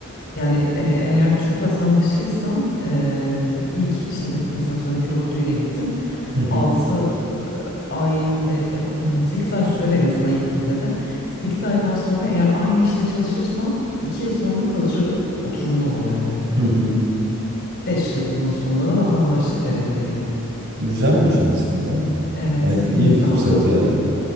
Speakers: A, on the left; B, on the right.
A: Yani e, eğer Türk vatandaşıysan e, ilk işte met- mesela atıyorum dil okuluyla gittin.
B: Hı hı.
A: Altı ay ve 8 ay süre veriyor sana ilk vizede. sekiz aydan sonra eğer aynı işte çalışırsan 2 yıl sonra kalıcı oturumun oluyor yani.
B: Hı hı.
A: beş yılın sonunda da vatandaşlık vere- veriyor.
B: Güzelmiş aslında.
A: Evet,
B: Yani iyi
A: bu yüzden
B: bir fırsat
A: ben
B: yani.